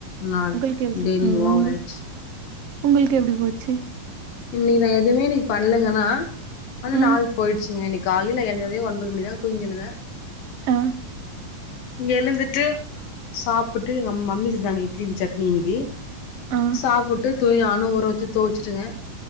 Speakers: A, on the left (about 80°); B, on the right (about 85°).
A: நாள்
B: உங்களுக்கு எப்டி
A: டே நீங்க
B: ம்
A: ஓவர்
B: உங்கள்
A: ஆயிடுச்சு
B: உங்களுக்கு எப்டி போச்சி
A: இன்னக்கி நா எதுவுமே இன்னக்கி பண்ணலங்கன்னா ஆனா
B: ம்
A: நாள் போயிடுச்சுங்க இன்னைக் காலையில எழுந்ததுதே ஒன்பது மணிதா தூங்கியெழுந்தே
B: ஆ
A: எழுந்துட்டு சாப்புட்டு எங்க மம்மி செஞ்சாங்க இட்லிக்கு சட்னி இன்னக்கி
B: ஆ
A: சாப்புட்டு துணியானு ஊர வச்சிட்டு தோச்சுட்டுங்க